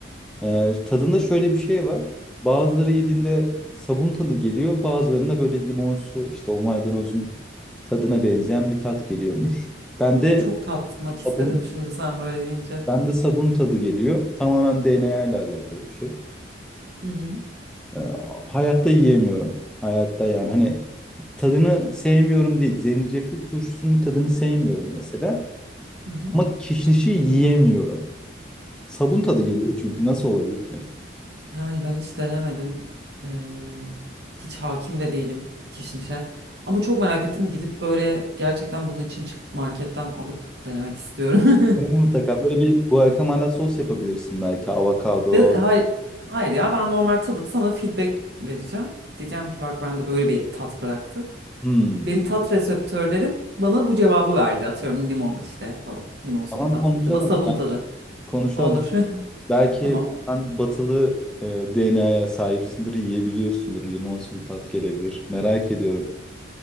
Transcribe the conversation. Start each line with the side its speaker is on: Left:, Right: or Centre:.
Centre: Ee, tadında şöyle bir şey var. Bazıları yediğinde sabun tadı geliyor. Bazılarında böyle limonsu işte o maydanozun tadına benzeyen bir tat geliyormuş. Ben de
Right: Çok tatmak istedim
Centre: sabun
Right: şimdi sen böyle deyince.
Centre: ben de sabun tadı geliyor. Tamamen DNA ile alakalı bir şey.
Right: Hı hı.
Centre: Ee, hayatta yiyemiyorum. Hayatta yani hani tadını sevmiyorum değil. Zencefil turşusunun tadını sevmiyorum mesela.
Right: Hı hı.
Centre: Ama kişnişi yiyemiyorum. Sabun tadı geliyor çünkü nasıl olabilir ki?
Right: Yani ben hiç denemedim. Ee, hiç hakim de değilim kişnişe. Ama çok merak ettim gidip böyle gerçekten bunun için çıkıp marketten alıp denemek istiyorum.
Centre: Bunu
Right: <laughs>
Centre: Mutlaka böyle bir guacamole sos yapabilirsin belki avokado.
Right: Ve hayır, hayır ya ben normal tadıp sana feedback vereceğim. Diyeceğim ki bak bende böyle bir tat bıraktı.
Centre: Hmm.
Right: Benim tat reseptörlerim bana bu cevabı verdi. Atıyorum limon işte falan. Limonsu
Centre: Tamam
Right: bir tat.
Centre: konuşalım.
Right: Ya da sabun tadı.
Centre: Konuşalım.
Right: Olur. <laughs>
Centre: Belki
Right: Tamam.
Centre: sen batılı e, DNA'ya sahipsindir, yiyebiliyorsundur. Limonsu bir tat gelebilir. Merak ediyorum.